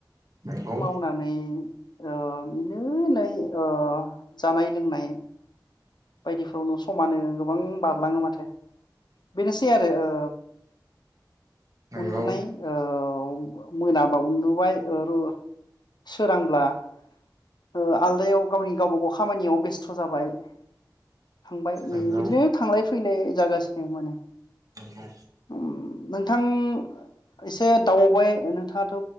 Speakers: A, on the right (about 50°); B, on the left (about 75°).
A: नंगौ
B: मावनानै ओ बिनो ओ नै ओ जानाय लोंनाय <inaudible> बायदि फ्रावनो समानो गोबां बारलाङो माथो बेनोसै आरो ओ
A: नंगौ
B: उन्दुनाय ओव मोनाबा उन्दुबाय ओरु सोरांब्ला <inaudible> ओ आलदायाव गावनि गावबा गाव खामानियाव बेस्थ' जाबाय थांबाय
A: नंगौ
B: नै बिदिनो थांलाय फैलाय जागासिनो माने
A: नोंगौ
B: उम नोंथां इसे दावबाय ओ नों थाङाथ'